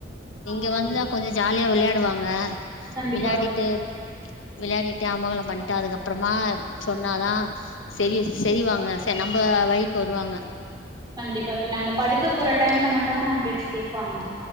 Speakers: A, on the right; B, on the left.
A: ஆமா
B: இங்க வந்துதா
A: தோழி
B: கொஞ்சோ ஜாலியா விளையாடுவாங்க
A: கண்டிப்பா
B: விளாயாடிட்டு
A: தோழி
B: விளையாடிட்டு அமகலம் பண்ட்டு அதுக்கு அப்றமா சொன்னாதா செரி செய்வாங்க சே நம்ப வழிக்கு வருவாங்க
A: கண்டிப்பா தோழி அந்தப் படுக்க போற டைம்ல மட்டுதா நம் பேச்ச கேப்பாங்க